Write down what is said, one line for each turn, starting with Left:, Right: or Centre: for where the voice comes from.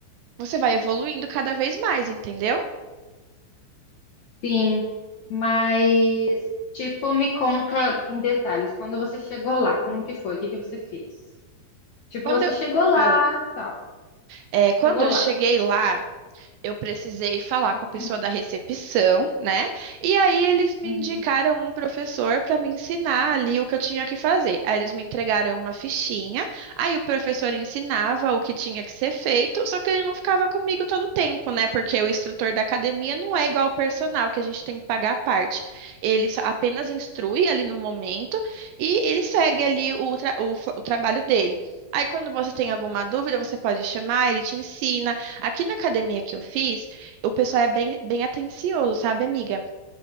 Right: você vai evoluindo cada vez mais, entendeu?
Left: Sim, mas tipo, me conta em detalhes, quando você chegou lá, como que foi? O que que você fez? Tipo,
Right: Quando
Left: você
Right: eu,
Left: chegou lá
Right: Ah.
Left: e tal.
Right: É, quando
Left: Chegou
Right: eu cheguei
Left: lá.
Right: lá, eu precisei falar com
Left: <clears throat>
Right: a pessoa da recepção, né? E aí eles me
Left: Uhum.
Right: indicaram um professor para me ensinar ali o que eu tinha que fazer. Aí eles me entregaram uma fichinha, aí o professor ensinava o que tinha que ser feito, só que ele não ficava comigo todo o tempo, né? Porque o instrutor da academia não é igual ao personal, que a gente tem que pagar a parte. Ele só- apenas instrui ali no momento e ele segue ali o, tra- o fa- o trabalho dele. Aí, quando você tem alguma dúvida, você pode chamar, ele te ensina. Aqui na academia que eu fiz, o pessoal é bem, bem atencioso, sabe, amiga?